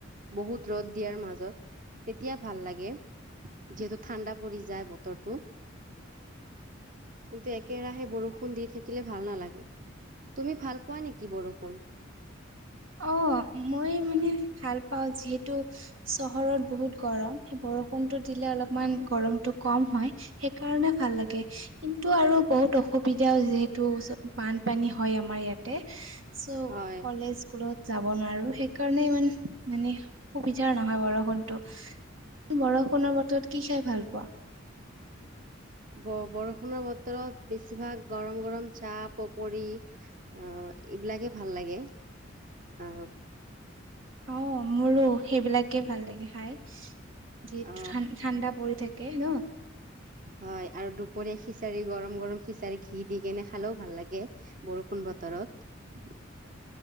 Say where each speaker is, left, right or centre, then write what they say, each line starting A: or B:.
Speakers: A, on the right; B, on the right.
A: বহুত ৰ'দ দিয়াৰ মাজত তেতিয়া ভাল লাগে যিহেতু ঠাণ্ডা পৰি যায় বতৰটো কিন্তু একেৰাহে বৰষুণ দি থাকিলে ভাল নালাগে তুমি ভাল পোৱা নেকি বৰষুণ।
B: অ মই মানে ভাল পাওঁ যিহেতু চহৰত বহুত গৰম সেই বৰষুণটো দিলে অলপমান গৰমটো কম হয় সেইকাৰণে ভাল লাগে কিন্তু আৰু বহুত অসুবিধাও যিহেতু বানপানী হয় আমাৰ ইয়াতে চ'
A: হয়
B: কলেজ যাব নোৱাৰো সেইকাৰণে ইমান মানে সুবিধাৰ নহয় বৰষুণতটো বৰষুণৰ বতৰত কি খাই ভাল পোৱা
A: ব বৰষুণৰ বতৰত বেছিভাগ গৰম গৰম চাহ পকৰি অঁ এইবিলাকে ভাল লাগে অঁ
B: অঁ মোৰো সেইবিলাকে ভাল লাগে খাই যিহেতু
A: অ
B: ঠাণ্ডা পৰি থাকে <inaudible>
A: হয় আৰু দুপৰীয়া খিচাৰি গৰম গৰম খিচাৰি ঘি দি কেনে খালেও ভাল লাগে বৰষুণ বতৰত